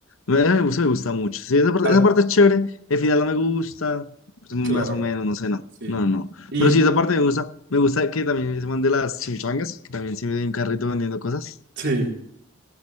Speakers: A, on the left (about 70°); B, on the right (about 55°).
A: Me, me gusta, me gusta mucho. Sí, esa parte,
B: A ver,
A: esa parte es chévere. El final no me gusta. Es muy
B: claro,
A: más o menos, no sé, no.
B: sí.
A: No, no. no.
B: Y
A: Pero sí, esa parte me gusta. Me gusta que también se mande las chimichangas, que también se me un carrito vendiendo cosas.
B: sí.
A: <laughs>